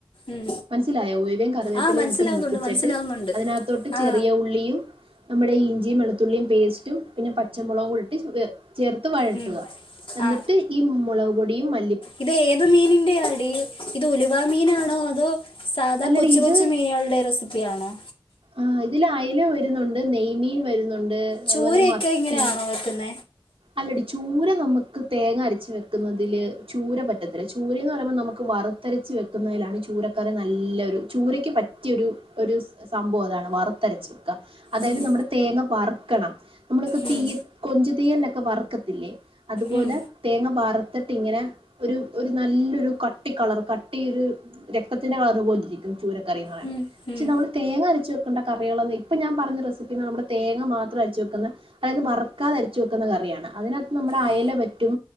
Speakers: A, on the left; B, on the right.
A: ഉം
B: മനസിലായ ഒഴിവും കറിവേപ്പില
A: ആ മനസ്സിലാവുന്നുണ്ട്
B: ഇട്ട് മൂപ്പിച്ചിട്ട്
A: മനസ്സിലാവുന്നുണ്ട്
B: അതിനകത്തോട്ട്
A: ആ
B: ചെറിയ ഉള്ളിയും നമ്മുടെഈ ഇഞ്ചിയും വെളുത്തുള്ളിയും പേസ്റ്റും പിന്നെ പച്ചമുളക കൂടി ഇട്ട് ചേർത്ത് വഴട്ടുക
A: ഉം
B: എന്നിട്ട്
A: ആ
B: ഈ മുളക് പൊടിയും മല്ല
A: ഇത് ഏത് മീനിന്റെ അടി ഇത് ഉലുവ മീനാണോ അതോ സാധാ
B: അല്ലടി
A: കൊച്ചു
B: ഇത്
A: കൊച്ചു മീനളുടെ റെസിപ്പിയാണോ
B: ആ ഇതിൽ അയല വരുന്നുണ്ട് നെയ്മീൻ വരുന്നുണ്ട്
A: ചൂര
B: അതുപോലെ
A: ഒൊക്കെ
B: മത്തി
A: ഇങ്ങനെയാണോ വക്കുന്ന
B: അല്ലടി ചൂര നമുക്ക് തേങ്ങ അരച്ച വെക്കുന്നതില് ചൂര പറ്റത്തില്ല ചൂരന്ന് പറയുമ്പോ നമുക്ക് വറുത്തെരച്ച് വെക്കുന്നതിലാണ് ചൂരക്കാർെ നല്ല ഒരു ചൂരയ്ക്ക് പറ്റിയൊരു ഒരു സംഭവം അതാണ് വറുത്തര വെക്ക അതായത്
A: ഉം
B: നമ്മുടെ തേങ്ങ വറുക്കണം നമ്മള
A: ഉം
B: തീ കൊഞ്ു തീ വറക്കത്തില്ലേ അതുപോലെ
A: ഉം
B: തേങ്ങ ത്തിട്ട് ഇങ്ങനെ ഒരു നല്ലൊരു കട്ടി കളർ കട്ടി ഒരു രക്തത്തിന്റെ കളർ പോലെരിക്കും ചൂര കറ പറ
A: ഉം
B: പക്ഷെ
A: ഉം
B: നമ്മള് തേങ്ങ അരച്ച ണ്ട കറികൾ ഇപ്പ ഞാൻ പറഞ്ഞ റെസിപ്പി നമ്മുടെ തങ്ങ മാത്രം അച്ച വെക്ക അതായത് വറുക്കത അരിച്ച് വെക്ക ുന്ന കറിയാണ് അതിനകത്ത് നമ്മുടെ അയല
A: ആ
B: പറ്റും